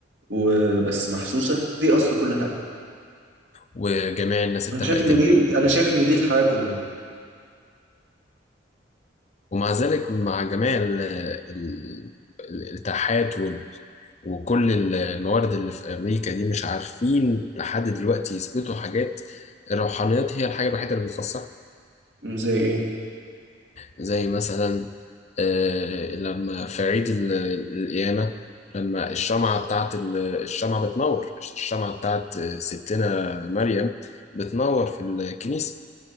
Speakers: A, on the right (about 75°); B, on the left (about 35°).
A: وبس محسوسه دي اصل كل حاجه
B: وجميع الناس اتفقت
A: انا شايف ان
B: إن
A: دي
B: هي
A: انا شايف ان دي الحياه كلها
B: ومع ذلك مع جميع ال- ال- الاتاحات وال- وكل الموارد اللي في أمريكا دي مش عارفين لحد دلوقتي يثبتوا حاجات الروحانيات هي الحاجة الوحيدة اللي بتفسرها
A: زي ايه
B: زي مثلا آه، لما في عيد ال- القيامة لما الشمعة بتاعت ال- الشمعة بتنور الشمعة بتاعت ستنا مريم بتنور في الكنيسة